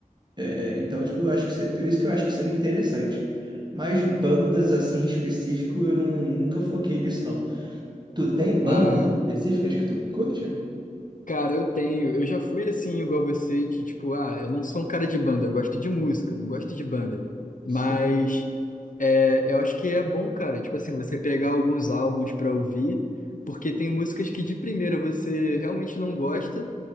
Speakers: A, on the right; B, on the left.
A: É, então, tipo, eu acho que se- por isso que eu acho que seria interessante. Mas bandas assim em específico, eu não, nunca foquei nisso, não. Tu tem bandas
B: Ah,
A: específicas que tu curte?
B: Cara, eu tenho. Eu já fui assim, igual você, de, tipo, ah, eu não sou um cara de banda, eu gosto de música, não gosto de banda. Mas
A: Sim.
B: é, eu acho que é bom, cara, tipo assim, você pegar alguns álbuns pra ouvir, porque tem músicas que de primeira você realmente não gosta,